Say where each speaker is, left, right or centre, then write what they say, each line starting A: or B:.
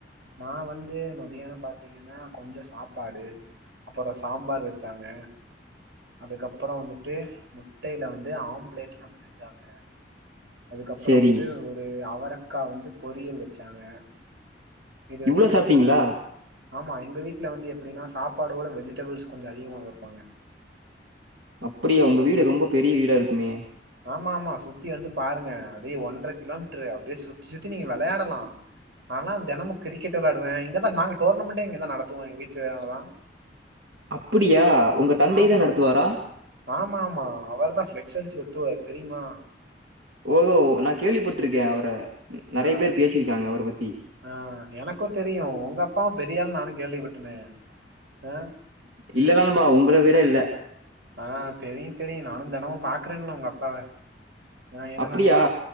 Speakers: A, on the right; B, on the right.
A: நா வந்து மத்தியானம் பாத்தீங்கன்னா கொஞ்சம் சாப்பாடு அப்புறம் சாம்பார் வச்சாங்க அதுக்கப்புறோ வந்துட்டு முட்டையில வந்து ஆம்லேட்னு ஒன்னு செஞ்சாங்க அதுக்கப்புறம்
B: சேரி
A: வந்து ஒரு அவ அக்கா வந்து பொரியல் வச்சாங்க இத
B: இவ்வளவு
A: வச்சு
B: சாப்டீங்களா
A: சாப்ட்டோ ஆமா எங்க வீட்ல வந்து எப்டின்னா சாப்பாடோட வெஜிடபிள்ஸ் கொஞ்ச அதிகமா வப்பாங்க
B: அப்டியா உங்க வீடு ரொம்ப பெரிய வீடா இருக்குமே
A: ஆமா ஆமா சுத்தி வந்து பாருங்க அப்டியே ஒன்ற கிலோ மீட்டரு அப்டியே சுத்தி சுத்தி நீங்க விளையாடலா ஆனா தெனமு கிரிக்கெட் வெளையாடுவே இங்கதா நாங்க டோர்னமெண்டே இங்கதா நடத்துவோ எங்க வீட்டு வேல தா
B: அப்படியா உங்க தந்தை
A: ஆமா
B: தா நடத்துவாரா
A: ஆமா ஆமா அவர் தா பிளெக்ஸ் அடிச்சு ஒட் ஒட்டுவார் தெரியுமா
B: ஓஹோ நா கேள்விப்பட்டுருக்கே அவர நெறைய
A: ஆ
B: பேர் பேசியிருக்காங்க அவர பத்தி.
A: ஆ எனக்கு தெரியு உங்க அப்பா பெரிய ஆள்னு நானு கேள்விப்பட்டனே ஆ
B: இல்லதா நன்பா உங்கள விட இல்ல
A: ஆ தெரியு தெரியு நானு தெனமு பாக்குறேன்ல உங்க அப்பாவ ம் என்ன
B: அப்படியா?
A: நண்பா